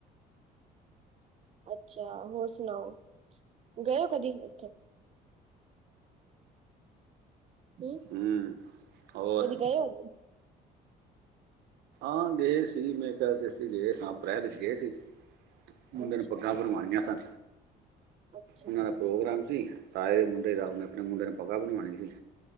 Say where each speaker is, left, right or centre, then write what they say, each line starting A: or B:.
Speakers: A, on the right (about 40°); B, on the right (about 75°).
A: ਅੱਛਾ ਹੋਰ ਸੁਣਾਓ। ਗਏ ਓ ਕਦੀ ਉੱਥੇ? ਹਮ,
B: ਹੂੰ ਹੋਰ
A: ਕਦੀ ਗਏ ਓ।
B: ਹਾਂ ਗਏ ਸੀ, ਮੇਰੇ ਖਿਆਲ ਚ ਅਸੀਂ ਗਏ ਸਾਂ, ਅਪ੍ਰੈਲ ਚ ਗਏ ਸੀ। ਮੁੰਡੇ
A: ਅੱਛਾ
B: ਨੇ ਪੱਗਾਂ ਬਣਵਾਨੀਆ ਸਨ,
A: ਅੱਛਾ
B: ਉਹਨਾਂ ਦਾ ਪ੍ਰੋਗਰਾਮ ਸੀ। ਤਾਏ ਦੇ ਮੁੰਡੇ ਦਾ ਉਹਨੇ ਆਪਣੇ ਮੁੰਡੇ ਨੂੰ ਪੱਗਾਂ ਬਣਵਾਣੀਆ ਸੀ,